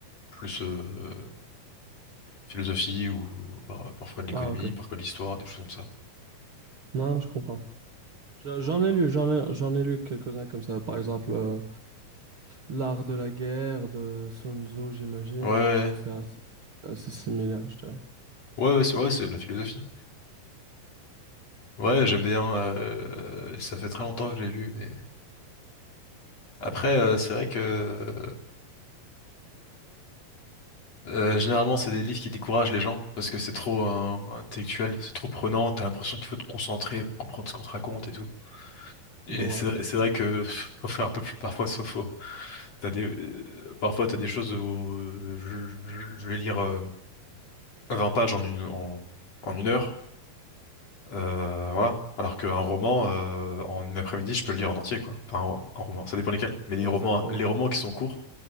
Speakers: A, on the left (about 45°); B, on the right (about 45°).
A: plus euh, philosophie ou par- parfois de l'économie,
B: Ah ok.
A: parfois de l'histoire, des choses comme ça.
B: Non, non, je comprends. J'en j'en ai lu, j'en ai, j'en ai lu quelques-uns comme ça. Par exemple, euh, L'art de la guerre de Sun Tzu, j'imagine.
A: Ouais, ouais,
B: C'est assez, assez similaire, je dirais.
A: ouais, ouais, c'est ouais, c'est de la philosophie. Ouais, j'aime bien. euh, ça fait très longtemps que je l'ai lu, mais après, euh, c'est vrai que euh, généralement, c'est des livres qui découragent les gens parce que c'est trop euh, intellectuel, c'est trop prenant. T'as l'impression qu'il faut te concentrer pour comprendre ce qu'on te raconte et tout. Et
B: Ouais,
A: c'est vrai c'est vrai que <laughs> pff, faut faire un peu plus parfois sauf faux. T'as des euh, parfois t'as des choses où euh, je, je- je vais lire euh, 20 pages en une en, en une heure. Euh, voilà. Alors qu'un roman, euh, en une après-midi, je peux le lire en entier, quoi. Enfin, un, un roman, ça dépend lesquels. Mais les
B: exactement.
A: romans, les romans qui sont courts,